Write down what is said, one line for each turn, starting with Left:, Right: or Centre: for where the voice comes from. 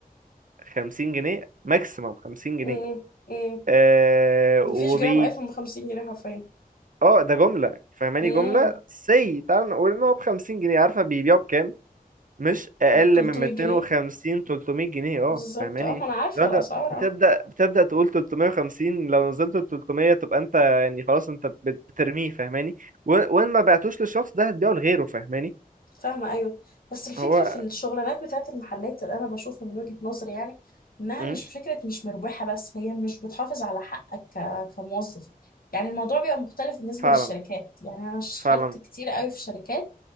Right: 50 جنيه ماكسيمم 50 جنيه
Left: مم. مم.
Right: آه وبي
Left: مفيش جراب ايفون ب 50 جنيه حرفيا
Right: اه ده جمله فاهماني
Left: مم.
Right: جمله سي تعال نقول ان هو ب 50 جنيه عارفه بيبيعه بكام مش اقل
Left: 300
Right: من 250
Left: جنيه
Right: 300 جنيه اه
Left: بالظبط
Right: فاهماني
Left: اه ما انا عارفه
Right: لو انت
Left: الاسعار
Right: بتبدا
Left: اه
Right: بتبدا تقول 350 لو نزلت ال 300 تبقى انت يعني خلاص انت بت- بترميه فاهماني و- وان ما بعتوش للشخص ده هتبيعه لغيره فاهماني
Left: فاهمة أيوة بس الفكرة
Right: هو
Left: في الشغلانات بتاعت المحلات أنا بشوف من وجهة نظري يعني إنها
Right: مم.
Left: مش فكرة مش مربحة بس هي مش بتحافظ على حقك ك... كموظف يعني الموضوع بيبقى مختلف بالنسبة
Right: فعلا
Left: للشركات يعني أنا اشتغلت
Right: فعلا
Left: كتير قوي في شركات